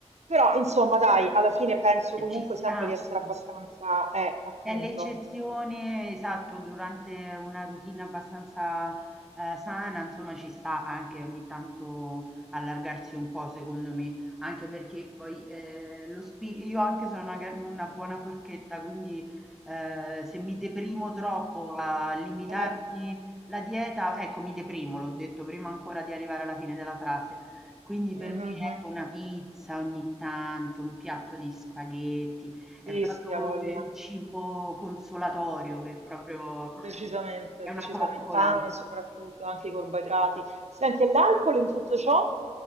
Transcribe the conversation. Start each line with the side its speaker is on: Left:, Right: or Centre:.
Right: Però insomma, dai, alla fine penso
Centre: E
Right: comunque
Centre: Ci sta.
Right: sempre di essere abbastanza, eh, appunto.
Centre: È l'eccezione, esatto, durante una routine abbastanza, ehm, sana, insomma ci sta anche ogni tanto allargarsi un po' secondo me, anche perché poi, ehm, lo spiri io anche sono una gra una buona forchetta, quindi, ehm, se mi deprimo troppo a limitarmi
Right: Eh,
Centre: la dieta ecco, mi deprimo, l'ho detto prima ancora di arrivare alla fine della frase. Quindi
Right: mhm,
Centre: per me, ecco, una pizza ogni tanto, un piatto di spaghetti, è
Right: Sì,
Centre: proprio
Right: sì, ha voglia.
Centre: per il cibo consolatorio che è proprio
Right: Decisamente,
Centre: è una
Right: decisamente.
Centre: coccola.
Right: Pane soprattutto, anche i carboidrati. Senti, e l'alcol in tutto ciò?